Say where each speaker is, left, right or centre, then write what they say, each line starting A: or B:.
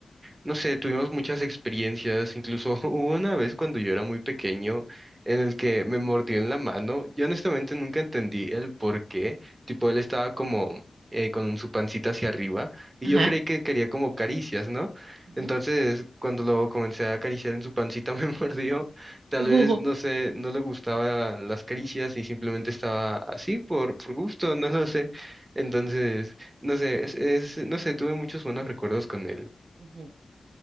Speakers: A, on the right; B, on the right.
A: no sé, tuvimos muchas experiencias, incluso <laughs> hubo una vez cuando yo era muy pequeño en el que me mordió en la mano. Yo honestamente nunca entendí el por qué, tipo él estaba como eh, con su pancita hacia arriba y
B: Ajá.
A: yo creí que quería como caricias, ¿no?
B: ujú,
A: Entonces cuando lo comencé a acariciar en su pancita <laughs> me mordió, tal
B: Ujú.
A: vez, no sé, no le gustaban las caricias y simplemente estaba así por, por gusto, <laughs> no lo sé. Entonces, no sé, es, es- no sé, tuve muchos buenos recuerdos con él.
B: ujú.